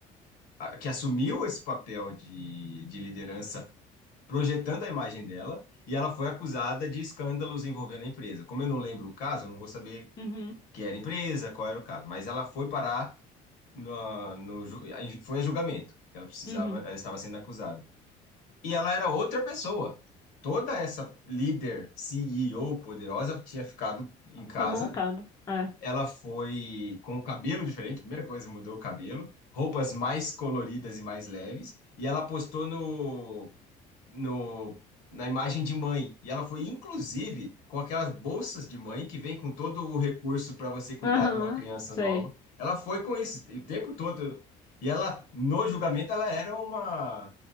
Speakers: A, on the left; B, on the left.
A: a- que assumiu esse papel de, de liderança, projetando a imagem dela. E ela foi acusada de escândalos envolvendo a empresa. Como eu não lembro o caso, eu não vou saber
B: Uhum,
A: que era empresa, qual era o caso. Mas ela foi parar no, no ju- em- foi a julgamento. Ela precisava,
B: uhum,
A: ela estava sendo acusada. E ela era outra pessoa. Toda essa líder, CEO poderosa tinha ficado em casa.
B: foi montado. É.
A: Ela foi com o cabelo diferente, primeira coisa, mudou o cabelo, roupas mais coloridas e mais leves, e ela postou no no, na imagem de mãe. E ela foi, inclusive, com aquelas bolsas de mãe que vem com todo o recurso para você cuidar
B: Aham,
A: de uma criança
B: sei.
A: nova. Ela foi com isso o tempo todo. E ela, no julgamento, ela era uma,